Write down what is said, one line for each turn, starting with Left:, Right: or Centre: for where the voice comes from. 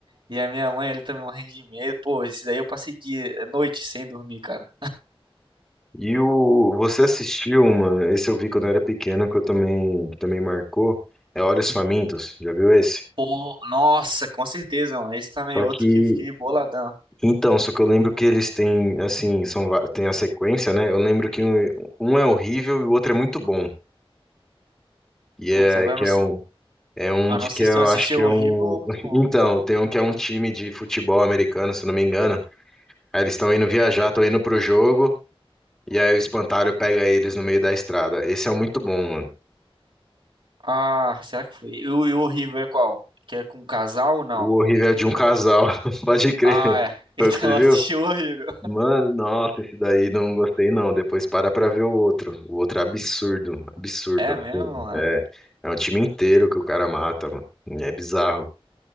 Right: e a minha mãe ali também morrendo de medo. Pô, esse daí eu passei dia, noite sem dormir, cara.
Centre: E o você assistiu, mano? Esse eu vi quando eu era pequeno, que eu também que também marcou. É Olhos Famintos, já viu esse?
Right: Pô, nossa, com certeza, mano. Esse também
Centre: Só
Right: é outro
Centre: que
Right: que eu fiquei boladão.
Centre: então, só que eu lembro que eles têm assim, são va- tem a sequência, né? Eu lembro que um, um é horrível e o outro é muito bom. E
Right: Putz,
Centre: é
Right: agora
Centre: que
Right: eu não
Centre: é
Right: sei,
Centre: um É um
Right: eu
Centre: de
Right: não sei
Centre: que eu
Right: se eu assisti
Centre: acho que
Right: o
Centre: é
Right: horrível
Centre: um.
Right: ou muito
Centre: <laughs>
Right: bom.
Centre: Então, tem um que é um time de futebol americano, se não me engano. Aí eles estão indo viajar, estão indo pro jogo, e aí o espantalho pega eles no meio da estrada. Esse é muito bom, mano.
Right: Ah, será que foi? E o, e o horrível é qual? Que é com casal ou não?
Centre: O horrível é de um casal, <laughs> pode crer.
Right: Ah, é. <laughs>
Centre: Foi
Right: Então
Centre: o que você
Right: eu
Centre: viu?
Right: assisti o horrível.
Centre: Mano, nossa, esse daí não gostei não. Depois para pra ver o outro. O outro é absurdo, absurdo,
Right: É
Centre: absurdo.
Right: mesmo, mano.
Centre: É, é um time inteiro que o cara mata, mano. É bizarro.